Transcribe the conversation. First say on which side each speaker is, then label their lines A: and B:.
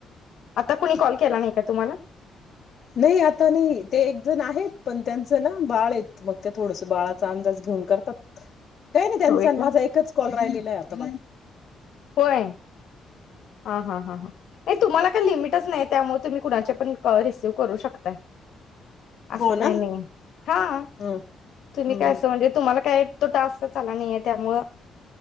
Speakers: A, on the left (about 70°); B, on the left (about 50°).
A: आता कुणी कॉल केला नाही का तुम्हाला?
B: नाही आता नाही ते एक जण आहे पण त्यांचं ना बाळेत मग ते थोडस बाळाचा अंदाज घेऊन करतात. काही नाही त्यांचा
A: होय का
B: माझा एकच कॉल राहिलेलं आहे आता म
A: होय. आ हा हा हा. ये तुमाला का लिमिट च नाही त्यामुळे तुम्ही कुणाच्या पण कॉल रिसीव्ह करू शकताय. असं
B: हो
A: काही
B: ना
A: नाही हा
B: हम्म
A: तुम्ही
B: हम्म
A: काय
B: हम्म
A: असं म्हणजे तुम्हाला काय तो टास्कच आला नाही ये त्यामुळं